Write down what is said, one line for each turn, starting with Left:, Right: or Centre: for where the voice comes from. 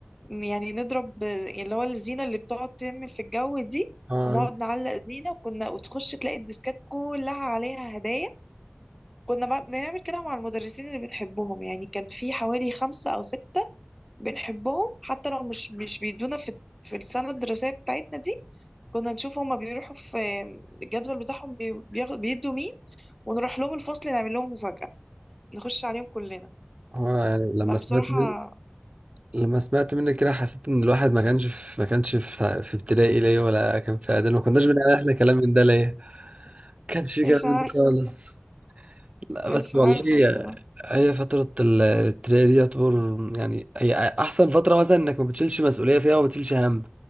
Centre: يعني نضرب اللي هو الزينة اللي بتقعد تعمل في الجو دي
Right: اه
Centre: ونقعد نعلق زينة وكنا وتخش تلاقي الديسكات كلها عليها هدايا كنا بقى بنعمل كده مع المدرسين اللي بنحبهم يعني كان في حوالي خمسة أو ستة بنحبهم حتى لو مش مش بيدونا في في السنة الدراسية بتاعتنا دي كنا نشوف هما بيروحوا في الجدول بتاعهم بي- بياخ- بيدوا مين ونروح لهم الفصل نعمل لهم مفاجأة نخش عليهم كلنا
Right: اه يعني لما
Centre: فبصراحة
Right: سمعت منك لما سمعت منك كده حسيت ان الواحد ما كانش في ما كانش في, في ابتدائي ليه ولا كان في اعدادي ما كناش بنعمل احنا كلام من ده ليه ما كانش في
Centre: مش
Right: كلام
Centre: عارفة
Right: من ده خالص لا
Centre: مش
Right: بس والله
Centre: عارفة بصراحة
Right: هي فترة ال- الابتدائي دي يعتبر يعني هي أحسن فترة مثلا إنك ما بتشيلش مسؤولية فيها وما بتشيلش هم